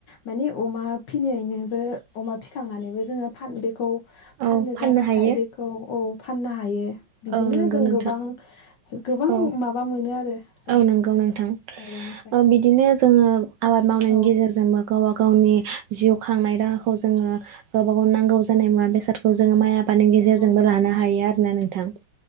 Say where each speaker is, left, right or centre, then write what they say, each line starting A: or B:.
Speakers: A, on the left; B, on the right.
A: माने अमा फिनैनोबो‌ अमा फिखांनानैबो जोङो फान बेखौ
B: औ
A: फाननो जाबाथाय
B: हायो
A: बेखौ औ फाननो हायो। बिदिनो
B: औ नंगौ
A: जों
B: नोंथां
A: गोबां गोबां
B: औ
A: माबा मोनो आरो जों
B: औ नंगौ नोंथां
A: माइरंनिफ्राय
B: ओ बिदिनो जोङो आबाद मावनायनि
A: औ
B: गेजेरजोंबो गावबा गावनि जिउ खांनाय राहाखौ जोङो गावबा गाव नांगौ जानाय मुवा बेसादखौ जोङो माइ आ बादनि गेजेरजोंबो
A: नंगौ नोंथां
B: लानो हायो आरोना नोंथां।